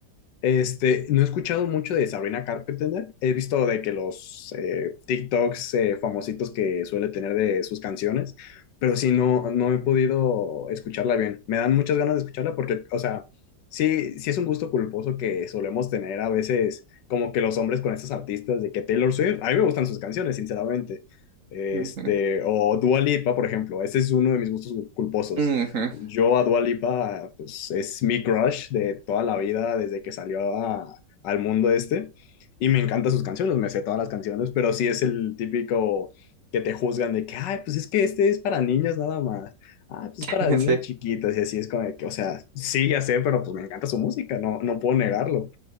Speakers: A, on the left; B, on the right.
A: Este, no he escuchado mucho de Sabrina Carpenter. He visto de que los eh, TikToks eh, famositos que suele tener de sus canciones, pero sí no, no he podido escucharla bien. Me dan muchas ganas de escucharla porque, o sea, sí, sí es un gusto culposo que solemos tener a veces como que los hombres con estos artistas de que Taylor Swift, a mí me gustan sus canciones, sinceramente. Este,
B: Ujú.
A: o Dua Lipa, por ejemplo, ese es uno de mis gustos culposos.
B: Ujú.
A: Yo a Dua Lipa, pues es mi crush de toda la vida, desde que salió a- al mundo este. Y me encantan sus canciones, me sé todas las canciones, pero sí es el típico que te juzgan de que, ay, pues es que este es para niñas nada más. Ah, pues es
B: <laughs>
A: para niñas
B: Sí.
A: chiquitas y así es como de que, o sea, sí, ya sé, pero pues me encanta su música, no, no puedo negarlo.